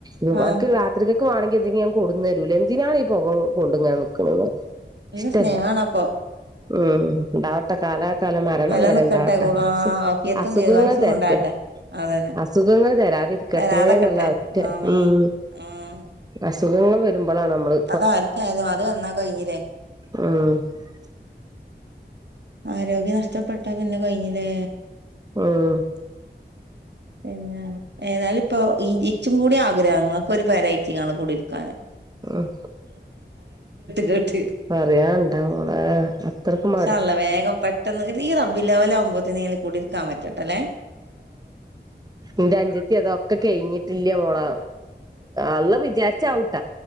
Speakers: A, on the right; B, on the right.
A: മ്
B: ആഹ്
A: അനക്ക് രാത്രിക്കക്ക് ക്കക് വാണെങ്കിന്തെങ്കിഞാകൊട്ന്നേരൂലേ എന്തിനാണീ.. പൊക കൊണ്ട്ങ്ങനെനിക്ക്ണത്
B: നല്ല
A: ഇഷ്ടല്ല
B: സ്നേഹാണപ്പൊ
A: ഉം.. ണ്ടാവട്ടെ കാലാ കലം മരണംവരെണ്ടാവട്ടെ
B: നില നിക്കട്ടെ കൂട
A: അ
B: ആഫിയത്തും
A: അസുഖങ്ങൾ
B: ദീർഘായുസ്സും
A: തെരത്
B: ഉണ്ടാകട്ടെ അതന്നെ
A: അസുഖങ്ങൾ തരാതിരിക്കട്ടേന്ന്ള്ള
B: തരാതെക്കട്ടെ
A: ഒറ്റ
B: ആമീൻ
A: ഉം
B: ഉം
A: അസുഖങ്ങൾ വരുമ്പളാണ് നമ്മള്
B: അതാർക്കായാലും അത് വന്ന കഴിഞ്ഞിലെ.
A: മ്
B: ആരോഗ്യം നഷ്ടപ്പെട്ട പിന്നെകഴിഞ്ഞീലേ
A: ഉം
B: പിന്നെ ഏതായിലുപ്പോ.. ഇ ഇച്ചുംകൂടി ആഗ്രഹം ഇങ്ങക്കൊരു പെരേറ്റിഇങ്ങള് കുടിരിക്കാന്
A: ഉം....
B: കേട്ട്
A: പറയാൻണ്ടമോളേ... അത്രക്കുംമടു
B: ഇൻഷാ അള്ളാ വേഗം പെട്ടെന്ന് ഈ റബ്ബില്ലാവലാവുമ്പേക്കും കുടിരിക്കാൻപറ്റട്ടലേ
A: ന്റെ അഞ്ചത്യതാ. ഒക്കെ കഴിഞ്ഞിട്ടില്ല്യാ ഓളാ അള്ള വിചാരിച്ചഔ